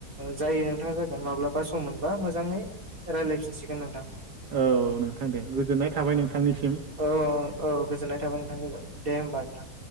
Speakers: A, on the right (about 60°); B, on the right (about 85°).
A: जायो नोंथाङा जागोन माब्लाबा सम मोनबा मोजांङैं रायज्लायफिनसिगोन नोंथां।
B: औ नोंथां दे गोजोननाय थाबाय नोंथांनिसिम।
A: औ औ औ गोजोननाय थाबाय नोंथां गोज दे होमबा नोंथां।